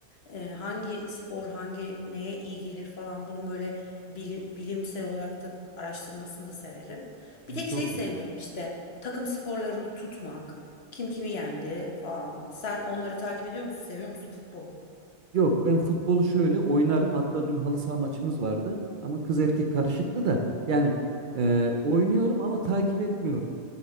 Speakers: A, on the left; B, on the right.
A: e, hangi spor hangi neye iyi gelir falan bunun böyle bili- bilimsel olarak da araştırmasını da severim. Bir tek
B: Çok
A: şey sevmiyorum işte takım sporlarını tutmak, kim kimi yendi falan. Sen onları takip ediyor musun? Seviyor musun futbolu?
B: Yok ben futbolu şöyle oynarım. Hatta dün halı saha maçımız vardı. Ama kız erkek karışıktı da. Yani e, oynuyorum ama takip etmiyorum.